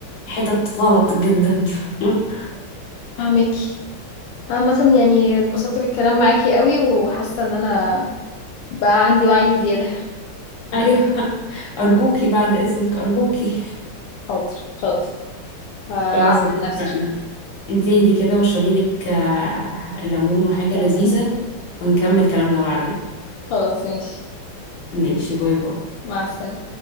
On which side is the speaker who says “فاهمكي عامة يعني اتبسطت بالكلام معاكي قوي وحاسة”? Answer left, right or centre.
Left